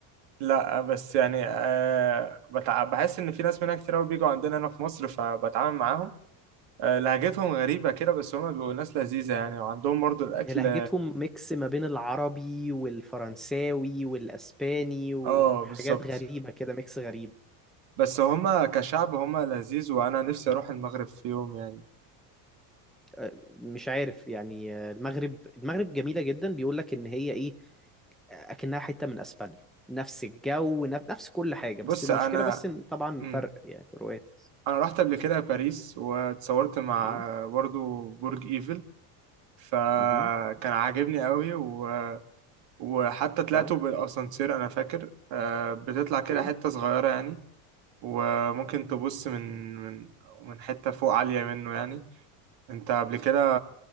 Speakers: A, on the right; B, in the centre.
A: لا بس يعني أه بتع... بحس ان في ناس منها كتير قوي بيجوا عندنا هنا في مصر فبتعامل معاهم آه، لهجتهم غريبة كده بس هما بيبقوا ناس لذيذة يعني وعندهم برضو الأكل
B: هي لهجتهم ميكس ما بين العربي والفرنساوي والاسباني وحاجات
A: اه بالظبط
B: غريبه كده ميكس غريب
A: بس هما كشعب هما لذيذ وأنا نفسي أروح المغرب في يوم يعني
B: أه، مش عارف يعني أه، المغرب المغرب جميله جدا بيقول لك ان هي ايه اكنها حته من اسبانيا نفس الجو نف- نفس كل حاجه
A: بص
B: بس المشكله
A: أنا
B: بس ان طبعا
A: مم.
B: فرق يعني فروقات
A: أنا رحت قبل كده باريس واتصورت مع
B: م-
A: برضو برج إيفل فكان
B: مهم.
A: عاجبني قوي و... وحتى طلعته
B: اه
A: بالأسانسير أنا فاكر آه، بتطلع
B: اوكي
A: كده حتة صغيرة يعني وممكن تبص من من من حتة فوق عالية منه يعني انت قبل كده